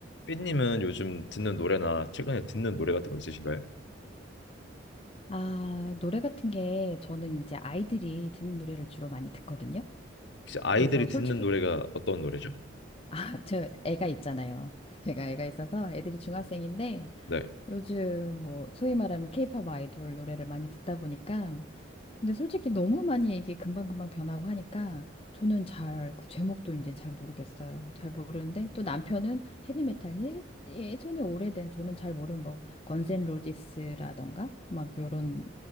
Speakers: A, on the left; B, on the left.
A: 삐님은 요즘 듣는 노래나 최근에 듣는 노래 같은 거 있으신가요?
B: 아, 노래 같은 게 저는 이제 아이들이 듣는 노래를 주로 많이 듣거든요.
A: 혹시 아이들이
B: 그래서 솔직히,
A: 듣는 노래가
B: <laughs>
A: 어떤 노래죠?
B: 아, 저 애가 있잖아요. 제가 애가 있어서 애들이 중학생인데
A: 네.
B: 요즘 뭐 소위 말하면 케이팝 아이돌 노래를 많이 듣다 보니까 근데 솔직히 너무 많이 이게 금방금방 변하고 하니까 저는 잘, 그 제목도 이제 잘 모르겠어요. 잘 모르는데 또 남편은 헤비메탈 예, 예전에 오래된 저는 잘 모르는 뭐 건센 로지스라던가 막 요런